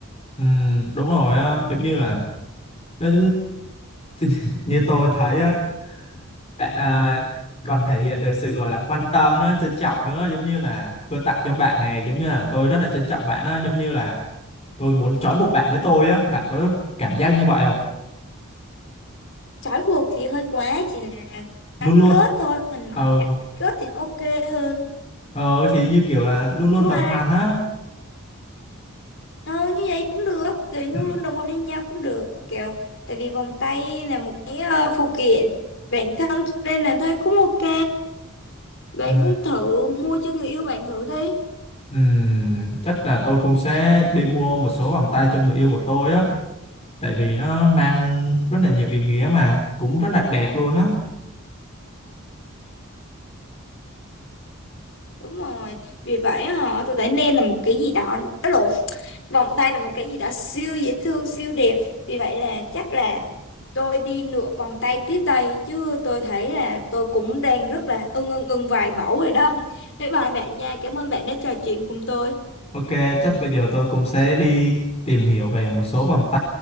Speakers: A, on the left; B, on the left.
A: Ừm, đúng rồi á, giống như là nó- <laughs> như tôi thấy á bạn à, còn thể hiện được sự gọi là quan tâm nữa trân trọng nữa giống như là tôi tặng cho bạn này giống như là tôi rất là trân trọng bạn á giống như là tôi muốn trói buộc bạn với tôi á bạn có cảm giác như vậy không
B: trói buộc thì hơi quá chỉ là
A: luôn
B: gắn
A: luôn
B: kết thôi mình nói
A: ờ
B: gắn kết thì ok hơn
A: ờ thì như kiểu là luôn
B: nhưng
A: luôn đồng
B: mà
A: hành á
B: ờ, như vậy cũng được thì nó
A: ừ,
B: luôn đồng hành với nhau cũng được kiểu tại vì vòng tay là một cái ờ, phụ kiện bản thân cho nên là thấy cũng ok bạn
A: ừ,
B: cũng thử mua cho người yêu bạn thử đi
A: ừ. chắc là tôi cũng sẽ đi mua một số vòng tay cho người yêu của tôi á tại vì nó mang rất là nhiều ý nghĩa mà cũng rất là đẹp luôn á
B: đúng rồi vì vậy họ tôi thấy nên là một cái gì đó đó lộn vòng tay là một cái gì đó siêu dễ thương siêu đẹp vì vậy là chắc là tôi đi nửa vòng tay tiếp đây chứ tôi thấy là tôi cũng đang rất là ưng ưng ưng vài mẫu rồi đó <laughs> bye bye bạn nha cảm ơn bạn đã trò chuyện cùng tôi
A: ok chắc bây giờ tôi cũng sẽ đi tìm hiểu về một số vòng tay